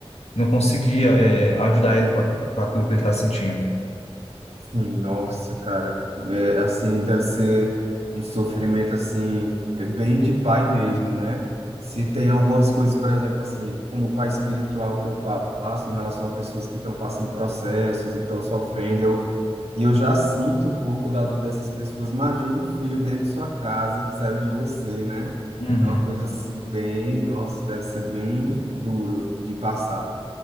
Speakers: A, on the left (about 85°); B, on the right (about 80°).
A: não conseguia, eh, ajudar ele com aqu- com aquilo que ele está sentindo.
B: Sim, nossa, cara. É, assim, deve ser um sofrimento, assim, é bem de pai mesmo, né? Se tem algumas coisas, por exemplo, assim, como pai espiritual que eu passo em relação a pessoas que estão passando processos e estão sofrendo, eu, e eu já sinto um pouco da dor dessas pessoas. Imagina um filho dentro de sua casa que saiu de você, né?
A: Uhum.
B: É uma coisa assim, bem, nossa, deve ser bem duro de passar.